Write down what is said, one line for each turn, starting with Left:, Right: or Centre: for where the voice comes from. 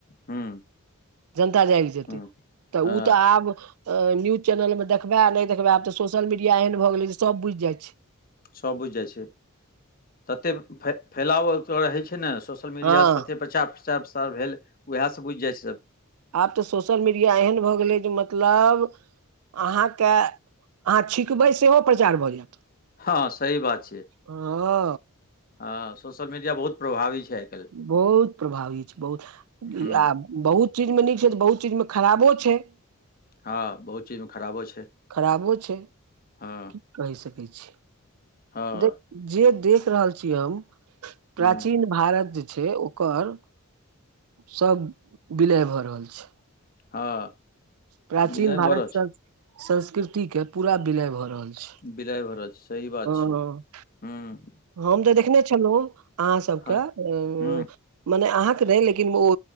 Left: हूँ
Right: जनता जागि जेतै
Left: हूँ
Right: त
Left: हँ
Right: उ त आब अ न्यूज चैनल मे देखबै आ नै देखबै आब त सोशल मीडिया एहन भ गेलै जे सभ बुझि जाइ छै
Left: सब बुझि जाइ छै ततेक फ फैलाव रहै छै ने स सोशल मीडिया
Right: हँ
Left: स तते प्रचार प्रचार प्रसार भेल ओहाय से सब बुझि जाइ छै स
Right: आब त सोशल मीडिया एहन भ गेलै जे मतलब अहाँ के अहाँ छिकबै सेहो प्रचार भ जायत।
Left: हँ हँ सही बात छियै।
Right: अ अ
Left: हँ सोशल मीडिया बहुत प्रभावी छैथ
Right: बहुत प्रभावी छै बहुत
Left: हूँ
Right: इ आब बहुत चीजमे नीक छै, तऽ बहुत चीजमे खराबो छै।
Left: हँ, बहुत चीजमे खराबो छै।
Right: खराबो छै।
Left: हँ।
Right: की कहि सकै छी,
Left: हँ
Right: देख जे देख रहल छी हम प्राचीन
Left: हूँ
Right: भारत जे छै ओकर, सब विलय भऽ रहल छै।
Left: हँ।
Right: प्राचीन
Left: बिलाइ
Right: भारत
Left: भऽ रहल
Right: संग, संस्कृति के पूरा विलय भऽ रहल छै।
Left: विलइ वला तअ सही बात
Right: हँ
Left: छै, हूँ।
Right: हम तऽ देखने छलहुँ अहाँसभके
Left: हँ
Right: ओ
Left: हूँ
Right: मने अहाँके नै, लेकिन ओ